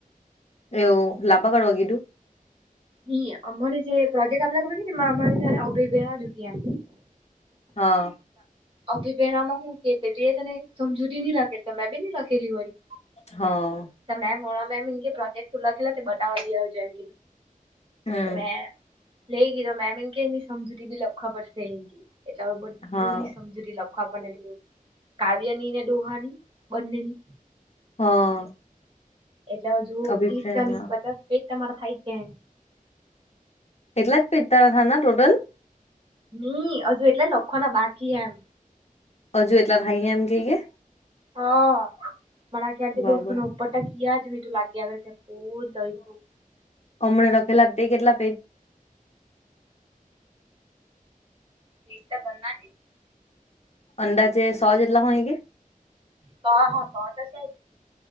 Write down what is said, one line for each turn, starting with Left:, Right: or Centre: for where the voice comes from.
Left: એવ લાભ કારવા કીધુ?
Right: ન અમને પ્રજે આપલામા અભ જુ એમ.
Left: હા.
Right: અભિપેમાં હું કે પેલી ને સમજૂતી ન લખેલ મેં બી ન લખેલી વાળી.
Left: હા.
Right: તો મેમ મેમ પ્રોજે્ટખે બટા આવ જેમ.
Left: હમ
Right: તો મે લઈ ગય તો મેમ એ કે એની સમજૂરી બી લખવા પડશે એ, એટલે હવે બ
Left: હા.
Right: સમૂ લખવાને પટલું કાવ્યની ને ડોહાની બંને ની.
Left: હા.
Right: એટલે હજુ
Left: અભિપ્રાય
Right: ત્રીસ ચાલીસ પચાસ કજ તમારા થાય જ છે.
Left: એટલા જ પેતા હતા ટોટલ?
Right: નહી હજુ એટલે લખો ના બાકી એમ.
Left: હજુ એટલા ભાઈ એમ કઈએ.
Right: હા. મારા છે્યારેથી
Left: બરાબર
Right: બસ્તુ નને ઉપરટ ગયા ત તું લાગ્યા કરરે બહલ દઈશું
Left: હમણા રખેલા તે કેટલા પેજ?
Right: એી તો બંધ ને <unintelligible>
Left: અંદાજે સો જેટલા હોય કે?
Right: હા હા હ છે.